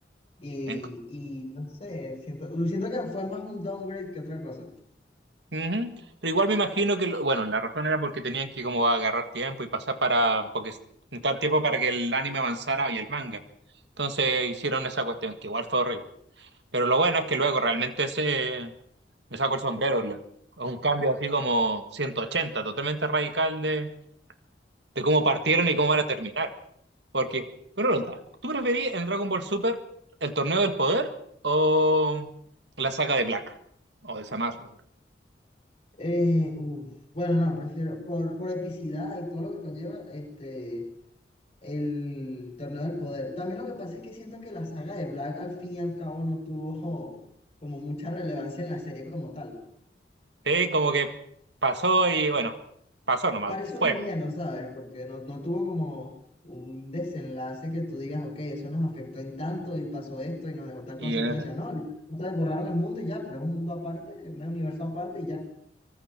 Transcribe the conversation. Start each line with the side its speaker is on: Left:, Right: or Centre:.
Left: Y,
Right: En-
Left: y no sé, siento, siento que fue más un downgrade que otra cosa.
Right: Ujú. Pero igual me imagino que, lo- bueno, la razón era porque tenían que como agarrar tiempo y pasar para, porque s- necesitaban tiempo para que el anime avanzara y el manga. Entonces hicieron esa cuestión, que igual fue horrible. Pero lo bueno es que luego realmente se, me saco el sombrero, le- un cambio así como 180, totalmente radical de, de cómo partieron y cómo van a terminar. Porque, pregunta, ¿tú preferís en Dragon Ball Super el torneo del poder o la saga de Black? O de Zamasu.
Left: Eh, uf, bueno, no, prefiero, por, por epicidad y todo lo que conlleva, este, el torneo del poder. También lo que pasa es que siento que la saga de Black al fin y al cabo no tuvo como mucha relevancia en la serie como tal.
Right: Sí, como que pasó y bueno, pasó nomás,
Left: Parece
Right: fue.
Left: un relleno, ¿sabes? Porque no, no tuvo como un desenlace que tú digas, ok, eso nos afectó en tanto y pasó esto y nos dejó tal
Right: Y
Left: consecuencia.
Right: en ese-
Left: No, ustedes borraron el mundo y ya, pero es un mundo aparte, un universo aparte y ya.